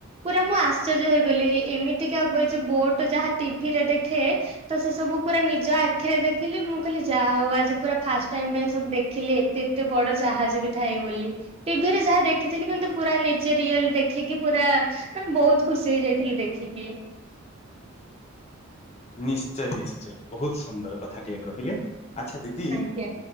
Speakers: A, on the right; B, on the left.
A: ପୁରା ମୁଁ ଆଶ୍ଚର୍ଯ୍ୟ ହେଇଗଲି ଏଇ ଏମିତିକା ବ ଏଇ ଯୋଉ ବୋଟ ଯାହା ଟିଭି ରେ ଦେଖେ ତ ସେ ସବୁ ପୁରା ନିଜ ଆ ଖିରେ ଦେଖିଲି ମୁଁ କହିଲି ଯାହା ହୋଉ ଆଜି ପୁରା ଫାଷ୍ଟ ଟାଇମ ପାଇଁ ସବୁ ଦେଖିଲି ଏତେ ଏତେ ବଡ ଯାହାଜ ବି ଥାଏ ବୋଲି, ଟିଭିରେ ଯାହା ଦେଖିଥିଲି କିନ୍ତୁ ପୁରା ନିଜେ ରିଏଲ ଦେଖିକି ପୁରା ମାନେ ବୋହୁତ ଖୁସି ହେଇଯାଇଥିଲି ଦେଖିକି।
B: ନିଶ୍ଚୟ ନିଶ୍ଚୟ ବୋହୁତ ସୁନ୍ଦର କଥା ଟିଏ କହିଲେ ଆଚ୍ଛା ଦିଦି
A: ଆଜ୍ଞା